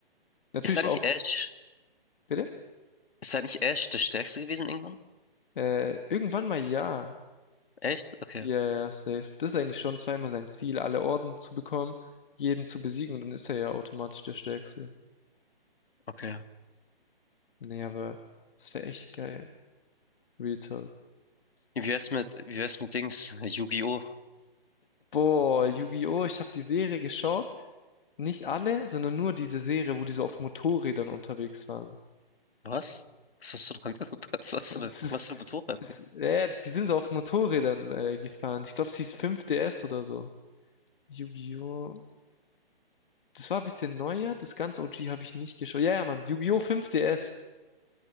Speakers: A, on the left; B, on the left.
A: Natürlich
B: Ist da nicht
A: auch,
B: Ash?
A: bitte?
B: Ist da nicht Ash der Stärkste gewesen irgendwann?
A: Äh, irgendwann mal ja.
B: Echt? Okay,
A: Ja, ja, safe. Das ist eigentlich schon zweimal sein Ziel, alle Orden zu bekommen, jeden zu besiegen und dann ist er ja automatisch der Stärkste.
B: okay.
A: Nee, aber das wäre echt geil. Real Talk.
B: Wie wär's mit, wie wär's mit Dings? Yu-Gi-Oh!
A: Boah, Yu-Gi-Oh! Ich habe die Serie geschaut. Nicht alle, sondern nur diese Serie, wo die so auf Motorrädern unterwegs waren.
B: Was? Was hast du da <laughs> angeguckt? Was hast
A: <laughs>
B: du da?
A: Das ist,
B: Was für ein Motorrad?
A: das,
B: ey?
A: äh, die sind so auf Motorrädern äh, gefahren. Ich glaube, es hieß 5DS oder so. Yu-Gi-Oh! Das war ein bisschen neuer. Das ganz OG habe ich nicht geschaut. Ja, ja, Mann. Yu-Gi-Oh! 5DS.